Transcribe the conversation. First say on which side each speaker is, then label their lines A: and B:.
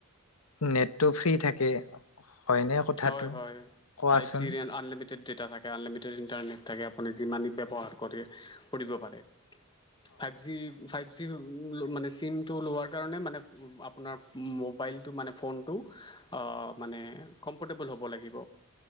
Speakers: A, on the left; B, on the left.
A: নেটটো ফ্ৰী থাকে হয়নে কথাটো
B: হয় হয় হয়
A: কোৱাচোন
B: ফাইভ জিলিমিট টেড ডেটা থাকে আলিমিটেড ইণ্টাৰনেট থাকে আপুনি যি মানি ব্যৱহাৰ কৰি দ পাৰে ফাইভ জি ফাইভ জি মানে চিম টো লোৱাৰ কাৰণে মানে আপোনাৰ মোবাইলটো মানে ফোনটো মানে কম্ফৰ্টেবল হ'ব লাগিব।